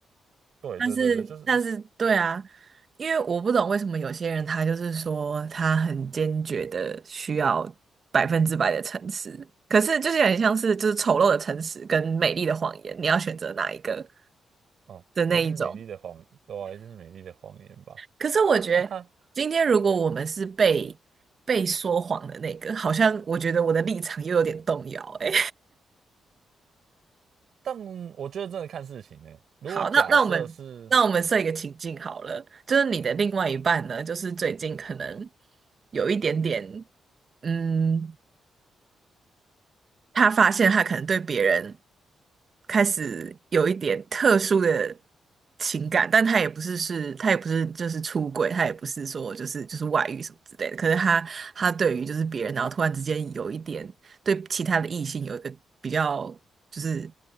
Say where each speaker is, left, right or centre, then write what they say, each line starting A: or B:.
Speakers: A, on the right; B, on the right.
A: 对对对对，
B: 但是但是对啊，
A: 就是
B: 因为我不懂为什么有些人他就是说他很坚决的需要百分之百的诚实，可是就是很像是就是丑陋的诚实跟美丽的谎言，你要选择哪一个
A: 哦，
B: 的那一种。
A: 一定是美丽的谎，对啊，一定是美丽的谎言吧。
B: 可是我觉得，
A: <laughs> 哈哈。
B: 今天如果我们是被被说谎的那个，好像我觉得我的立场又有点动摇。哎，
A: 但我觉得真的看事情呢、
B: <laughs>
A: 如果假设是
B: 好，那那我们那我们设一个情境好了，就是你的另外一半呢，就是最近可能有一点点，嗯，他发现他可能对别人开始有一点特殊的情感，但他也不是是，他也不是就是出轨，他也不是说就是就是外遇什么之类的。可是他他对于就是别人，然后突然之间有一点对其他的异性有一个比较就是